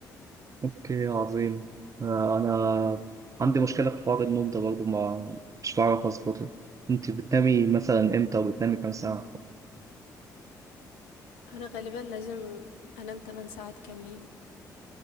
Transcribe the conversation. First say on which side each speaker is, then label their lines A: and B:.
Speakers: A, on the right; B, on the left.
A: اوكي عظيم آه، انا عندي مشكله في حوار النوم ده برضه ما مش بعرف اظبطه انت بتنامي مثلا امتى وبتنامي كام ساعه
B: انا غالبا لازم انام 8 ساعات كاملين